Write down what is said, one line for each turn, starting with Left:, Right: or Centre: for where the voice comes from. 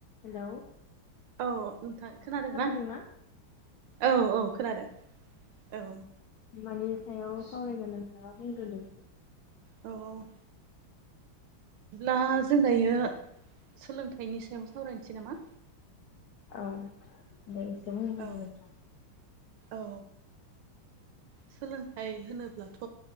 Left: Hello
Right: औ नोंथां खोनादों
Left: खोनादोंना
Right: ना? औ औ खोनादों औ
Left: मानि सायाव सावरायगोन नोंथाङा बुंग्रोदो?
Right: औ ब्ला जों दायो सोलोंथाइनि सायाव सावरायनोसै नामा?
Left: औ दे इसे बुंग्रोदोलाय
Right: औ
Left: नोंथां?
Right: औ सोलोंथाइ होनोब्लाथ'